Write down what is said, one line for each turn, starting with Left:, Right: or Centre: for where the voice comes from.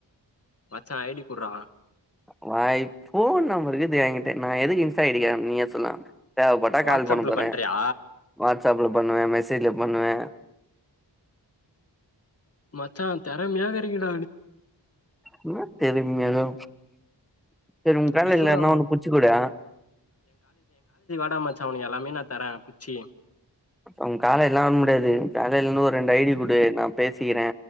Left: மச்சா ஐ டி குட்றா
Centre: மை ஃபோன் நம்பருக்கு எங்கிட்டே நா எதுக்கு இன்ஸ் சைட்டுகே நீயா சொன்னே தேவைப்பட்டா
Left: வாட்ஸ்அப்ல
Centre: கால் பண்ண போறே
Left: பண்றியா
Centre: வாட்ஸ்அப்ல பண்ணுவே மெசேஜ்ல பண்ணுவே
Left: மச்சா தெரமயா இருக்குட
Centre: என்ன தெரிமையோ செரி உங்க கால்னிலயாருனா
Left: எப்புட்றா
Centre: ஒண்ணு புச்சு குடே
Left: ட்டா மச்ச உனக் எல்லாமே நா தரே புச்சி
Centre: அவங்க காலேஜ்லா வர முடியாது காலேயில இருந்து ஒரு ரெண்டு ஐ டி குடு நா பேசி ஏ